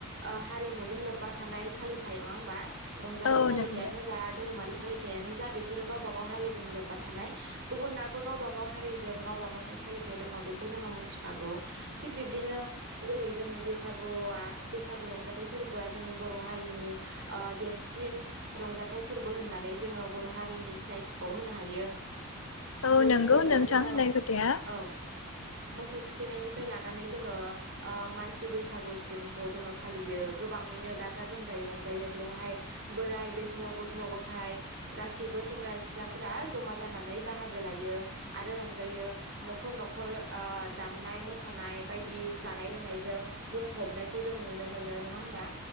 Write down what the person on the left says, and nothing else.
औ
नंगौ
औ
नोंगौ
नोंथां
होन्नाय खोथाया।